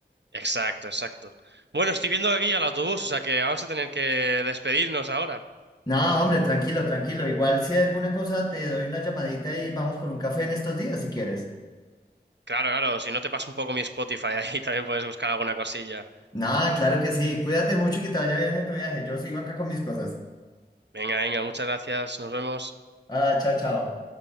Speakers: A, on the right; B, on the left.
A: Exacto, exacto. Bueno, estoy viendo aquí al autobús, o sea que vamos a tener que despedirnos ahora.
B: No, hombre, tranquilo, tranquilo. Igual si hay alguna cosa te doy una llamadita y vamos por un café en estos días si quieres.
A: Claro, claro, si no te paso un poco mi Spotify ahí, <laughs> también puedes buscar alguna cosilla.
B: No, claro que sí. Cuídate mucho y que te vaya bien en tu viaje. Yo sigo acá con mis cosas.
A: Venga, venga, muchas gracias, nos vemos.
B: Ah, chao, chao.